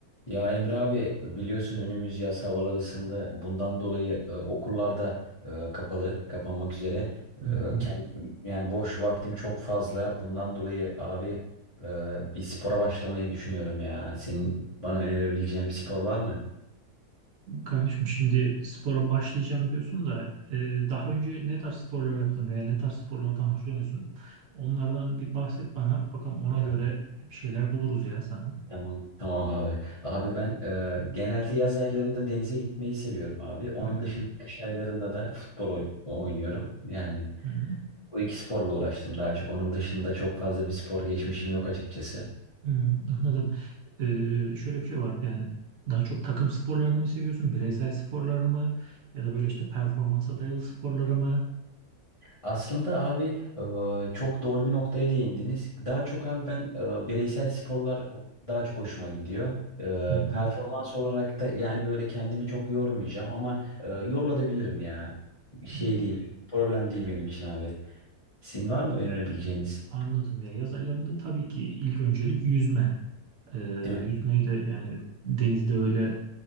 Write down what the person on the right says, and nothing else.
Hı
hı.
Kardeşim şimdi spora başlayacağım diyorsun da e, daha önce ne tarz sporlar yaptın veya ne tarz sporlardan hoşlanıyorsun? Onlardan bir bahset bana. Bakalım ona
göre
bir şeyler buluruz ya sana.
Hı hı.
Hı hı.
Hı, Anladım. E, şöyle bir şey var. Yani daha çok takım sporlarını mı seviyorsun? Bireysel sporları mı? Ya da böyle işte performansa dayalı sporları mı?
Hı hı.
Hı,
Anladım ya. Yaz aylarında tabii ki ilk öncelik yüzme. Ee,
yüzmeyi de yani denizde öyle